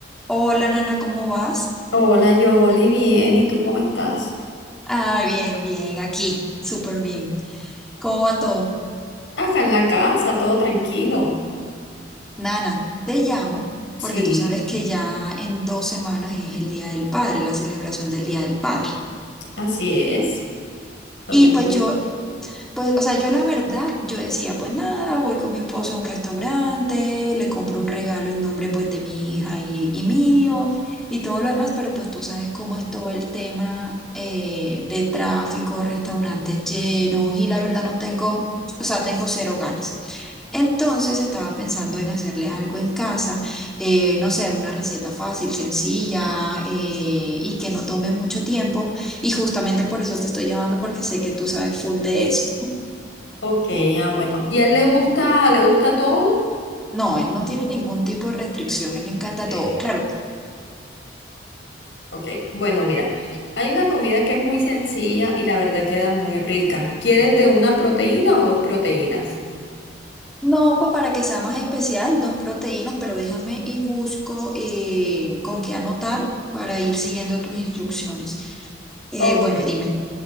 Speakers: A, in the centre; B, on the left.
A: Hola Nana, ¿cómo vas?
B: Hola, Yoli, bien, ¿y tú cómo estás?
A: Ay, bien, bien, aquí, súper bien. ¿Cómo va todo?
B: Acá en la casa, todo tranquilo.
A: Nana, te llamo
B: Sí,
A: porque tú sabes que ya en dos semanas es el Día del Padre, la celebración del Día del Padre.
B: Así es, lo
A: Y
B: tengo.
A: pues
B: bien.
A: yo Pues, o sea, yo la verdad, yo decía, pues nada, voy con mi esposo a un restaurante, le compro un regalo en nombre pues de mi hija y, y mío y todo lo demás, pero pues tú sabes cómo es todo el tema eh, de tráfico, restaurantes llenos y la verdad no tengo, o sea, tengo cero ganas. Entonces estaba pensando en hacerle algo en casa, eh, no sé, una receta fácil, sencilla eh, y que no tome mucho tiempo. Y justamente por eso te estoy llamando porque sé que tú sabes full de eso.
B: Ok, ah, bueno. ¿Y a él le gusta, le gusta todo?
A: No, él no tiene ningún tipo de restricción, él le encanta
B: Eh,
A: todo. Claro,
B: Ok, bueno, mira, hay una comida que es muy sencilla y la verdad queda muy rica. ¿Quieres de una proteína o dos proteínas?
A: no, pues para que sea más especial, dos proteínas, pero déjame y busco eh, con qué anotar para ir siguiendo tus instrucciones. Eh,
B: Ok.
A: bueno, dime.